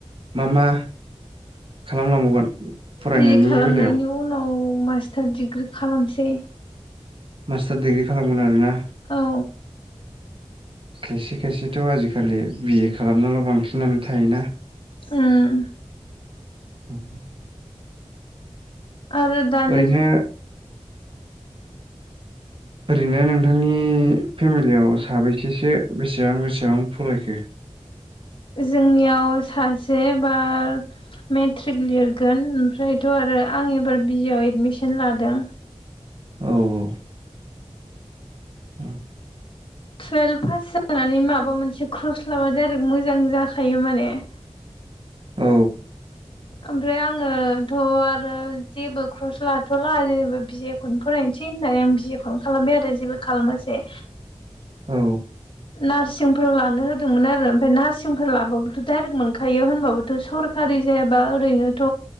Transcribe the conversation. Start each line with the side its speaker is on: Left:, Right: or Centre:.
Right: मा मा खालामलांबावगोन? फरायनायनि
Left: बि ए खालामनायनि
Right: बेलायाव
Left: उनाव मास्टार दिडिग्रि खालामसै ।
Right: मास्टार दिडिग्रि खालामगोन आरो ना ।
Left: औ
Right: खायसे खायसेथ' आजिखालि बि ए खालामनाल' बांसिनानो थायोना ।
Left: उम
Right: <inaudible>
Left: आरो दानि
Right: ओरैनो
Left: जु
Right: ओरैनो नोंथांनि फेमिलियाव साबैसेसो बेसेबां बेसेबां फरायखो?
Left: जोंनियाव सासे एबार मेट्रिक लिरगोन ओमफ्रायथ' आ रो आं एबार बि आव एडमिसन लादों।
Right: औ औ औ
Left: टुवेल्भ पास जानानै माबा मोनसे क्रस लाबा डायरेक्ट मोजां जाखायो माने <unintelligible>
Right: औ
Left: ओमफ्राय आङोथ' आरो जेबो क्रस लाथ'ला जेनेबा बि ए खौनो फरायनोसै होननानै आं बिे ए खौनो खालामबाय आरो जेबो खालामासै।
Right: औ
Left: नार्सिंफोराव लानो होदोंमोन आरो ओमफ्राय नार्सिंफोर लाबाबोथ' डाइरेक्ट मोनखायो होनबाबोथ' सर' कारि जायाबा ओरैनोथ'